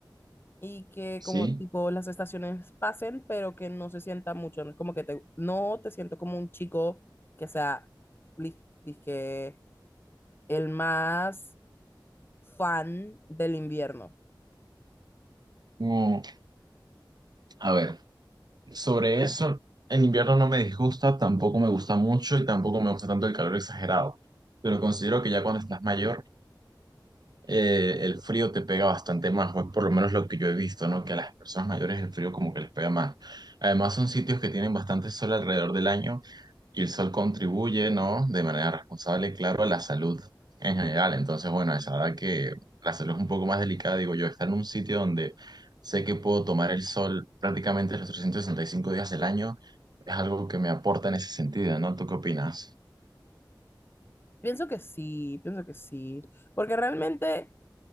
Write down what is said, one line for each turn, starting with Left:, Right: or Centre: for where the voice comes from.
Left: y que
Right: Sí.
Left: como tipo las estaciones pasen, pero que no se sienta mucho, no es como que te, no te siento como un chico que sea, li- dije, el más fan del invierno.
Right: Mm, a ver. Sobre eso, en invierno no me disgusta, tampoco me gusta mucho y tampoco me gusta tanto el calor exagerado. Pero considero que ya cuando estás mayor, eh, el frío te pega bastante más, o es por lo menos lo que yo he visto, ¿no? Que a las personas mayores el frío como que les pega más. Además, son sitios que tienen bastante sol alrededor del año, y el sol contribuye, ¿no? De manera responsable, claro, a la salud en general. Entonces, bueno, es verdad que la salud es un poco más delicada, digo yo, estar en un sitio donde sé que puedo tomar el sol prácticamente los 365 días del año es algo que me aporta en ese sentido, ¿no? ¿Tú qué opinas?
Left: Pienso que sí, pienso que sí, porque realmente